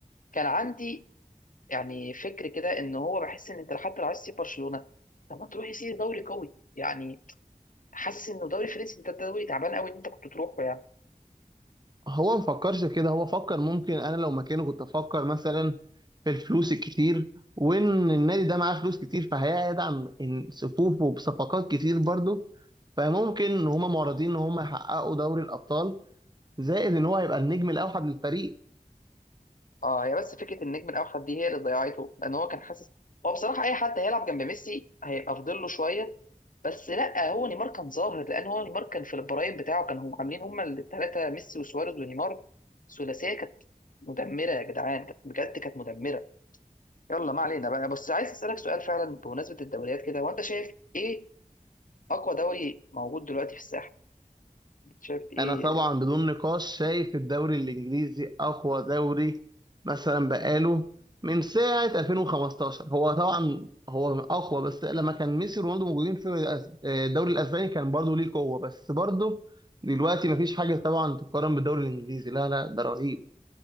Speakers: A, on the left (about 65°); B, on the right (about 30°).
A: كان عندي يعني فكر كده ان هو بحس ان انت لحد لو عايز تسيب برشلونه طب ما تروح يسيب دوري قوي يعني حاسس انه دوري فرنسي ده دوري تعبان قوي ان انت كنت تروحه يعني
B: هو ما فكرش كده هو فكر ممكن انا لو مكانه كنت افكر مثلا في الفلوس الكتير وان النادي ده معاه فلوس كتير فهيدعم إن- صفوفه بصفقات كتير برضه فممكن ان هما معرضين ان هما يحققوا دوري الابطال زائد ان هو هيبقى النجم الاوحد للفريق
A: اه هي بس فكره النجم الاوحد دي هي اللي ضيعته لان هو كان حاسس هو بصراحه اي حد هيلعب جنب ميسي هيبقى افضل له شويه بس لا هو نيمار كان ظاهر لان هو نيمار كان في البرايم بتاعه كانوا هم عاملين هم الثلاثه ميسي وسواريز ونيمار ثلاثيه كانت مدمره يا جدعان كانت بجد كانت مدمره يلا ما علينا بقى بس عايز اسالك سؤال فعلا بمناسبه الدوريات كده وانت شايف ايه اقوى دوري موجود دلوقتي في الساحه انت شايف ايه
B: انا طبعا بدون نقاش شايف الدوري الانجليزي اقوى دوري مثلا بقاله من ساعه 2015 هو طبعا هو اقوى بس لما كان ميسي ورونالدو موجودين في الأس- آه، الدوري الاسباني كان برضه ليه قوه بس برضه دلوقتي مفيش حاجه طبعا تقارن بالدوري الانجليزي لا لا ده رهيب